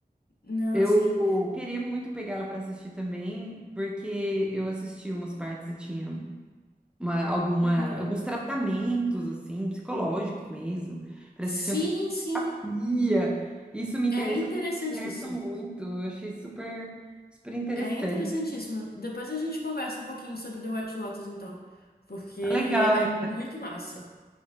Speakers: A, on the left; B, in the centre.
A: não,
B: Eu
A: assim.
B: queria muito pegá-la para assistir também, porque eu assisti umas partes e tinha. uma, alguma,
A: Uhum.
B: alguns tratamentos, assim, psicológicos mesmo. Parece
A: Sim,
B: que tinha
A: sim.
B: terapia. Isso me interessa,
A: É interessantíssimo.
B: isso me interessa muito. Eu achei super, super interessante.
A: É interessantíssimo. Depois a gente conversa um pouquinho sobre The White Lotus, então, porque
B: Tá legal,
A: é
B: hein?
A: muito massa.